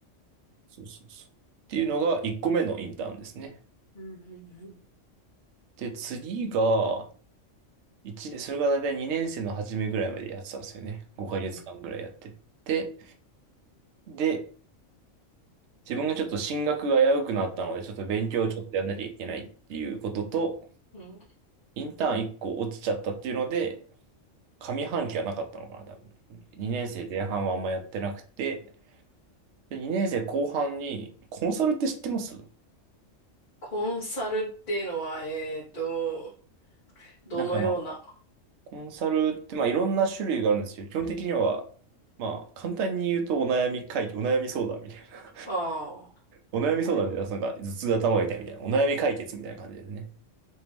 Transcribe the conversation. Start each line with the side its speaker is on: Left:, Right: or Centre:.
Right: そうそうそう。っていうのが1個目のインターンですね。
Left: うん、うん、
Right: で、次が、1年、それが大体2年生の初めぐらいまでやってたんですよね。5ヶ月間ぐらいやってて、
Left: うん。
Right: で、自分がちょっと進学が危うくなったので、ちょっと勉強をちょっとやんなきゃいけないっていうことと、
Left: うん
Right: インターン1個落ちちゃったっていうので、上半期はなかったのかな、多分。2年生前半はあんまやってなくて、で、2年生後半に、コンサルって知ってます
Left: コンサルっていうのは、えっと、どのような、
Right: なんかまあ、コンサルってまあいろんな種類があるんですよ。基本的には、まあ簡単に言うとお悩み解決、お悩み相談みたいな。
Left: ああ、
Right: お悩み相談でなんか頭痛頭が痛いみたいな。お悩み解決みたいな感じですね。